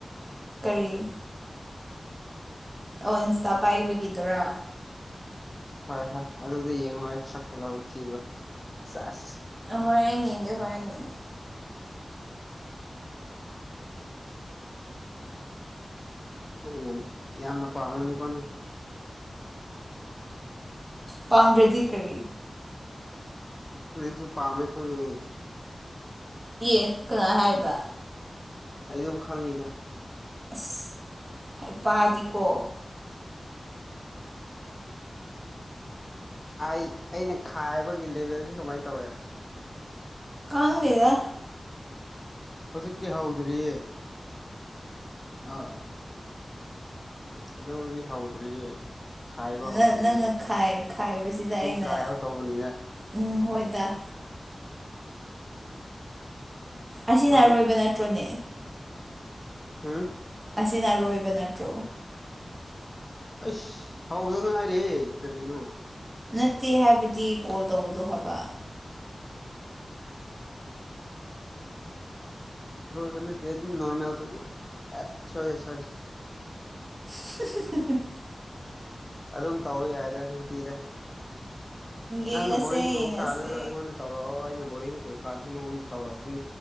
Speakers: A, on the right (about 25°); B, on the left (about 25°).
A: ꯀꯔꯤ ꯑꯣ ꯢꯟꯁꯇꯥ ꯄꯥꯏꯕꯒꯤꯗꯨꯔꯥ
B: ꯍꯣꯢ ꯍꯣꯢ ꯑꯗꯨꯗ ꯌꯦꯡꯉꯣ ꯑꯩ ꯁꯛ ꯐꯖꯕ꯬ꯔꯥ ꯊꯤꯕ꯭ꯔꯥ ꯁꯦꯁ
A: ꯍꯣꯔꯦꯟ ꯌꯦꯡꯒꯦ ꯍꯣꯔꯦꯟ ꯌꯦꯡꯒꯦ
B: ꯌꯥꯝ ꯌꯥꯝꯅ ꯄꯥꯝꯒꯅꯤꯒꯣ ꯅꯪ
A: ꯄꯥꯝꯗ꯭ꯔꯗꯤ ꯀꯔꯤ
B: ꯍꯧꯖꯤꯛꯁꯨ ꯄꯥꯝꯃꯦ ꯈꯪꯉꯦ ꯑꯩ
A: ꯏ ꯀꯅꯥ ꯍꯥꯏꯕ
B: ꯑꯩ ꯑꯗꯨꯝ ꯈꯪꯉꯤꯗ
A: ꯑꯁ ꯍꯩꯄꯥꯗꯤꯀꯣ
B: ꯑꯩ ꯑꯩꯅ ꯈꯥꯏꯕꯒꯤ ꯂꯦꯚꯦꯜꯁꯤ ꯀꯃꯥꯏꯅ ꯇꯧꯋꯦ
A: ꯈꯪꯗꯦꯗ
B: ꯍꯧꯖꯤꯛꯀꯤ ꯍꯧꯗ꯭ꯔꯤꯌꯦ ꯑꯥ ꯑꯗꯨꯕꯨꯗꯤ ꯍꯧꯗ꯭ꯔꯤꯌꯦ ꯈꯥꯏꯕ
A: ꯅꯪ
B: ꯍꯧꯗ꯭ꯔꯤꯌꯦ
A: ꯅꯪꯅ ꯈꯥꯏ ꯈꯥꯏꯕꯁꯤꯗ
B: ꯑꯗꯨꯝ
A: ꯑꯩꯅ
B: ꯇ꯭ꯔꯥꯏꯌꯦꯜ ꯇꯧꯕꯅꯤꯅ
A: ꯎꯝ ꯍꯣꯏ ꯗꯥ ꯑꯁꯤꯅ
B: ꯍꯧꯖꯤꯛ
A: ꯑꯔꯣꯏꯕ ꯅꯠꯇ꯭ꯔꯣꯅꯦ
B: ꯍꯨꯝ
A: ꯑꯁꯤꯅ ꯑꯔꯣꯏꯕ ꯅꯠꯇ꯭ꯔꯣ
B: ꯑꯁ ꯍꯧꯗ ꯉꯥꯏꯔꯤꯔꯦ ꯀꯔꯤꯅꯣ
A: ꯅꯠꯇꯦ ꯍꯥꯏꯕꯗꯤ ꯀꯣꯜ ꯇꯧꯕꯗꯣ ꯍꯥꯏꯕ
B: ꯂꫭꯏꯕ ꯅꯠꯇꯩ ꯑꯗꯨꯝ ꯅꯣꯔꯃꯦꯜ ꯖꯨꯗꯨꯝ ꯁꫭꯏꯔꯦ ꯁꫭꯏꯔꯦ
A: <inaudible> <unintelligible>
B: ꯑꯗꯨꯝ ꯇꯧꯕ ꯌꯥꯏꯗ ꯅꯨꯡꯇꯤꯗ ꯅꯪꯅ
A: ꯌꯦꯡꯉꯁꯦ
B: ꯕꯣꯔꯤꯡ ꯆꯨꯕ
A: ꯌꯦꯡꯉꯁꯦ
B: ꯀꯥꯟꯗꯗ ꯑꯩꯉꯣꯟꯗ ꯇꯧ ꯍꫭ ꯑꯩꯅ ꯕꯣꯔꯤꯡꯆꯨ ꯀꯥꯟꯁꯨ ꯅꯉꫭꯟꯗ ꯇꯧꯔꯛꯅꯤ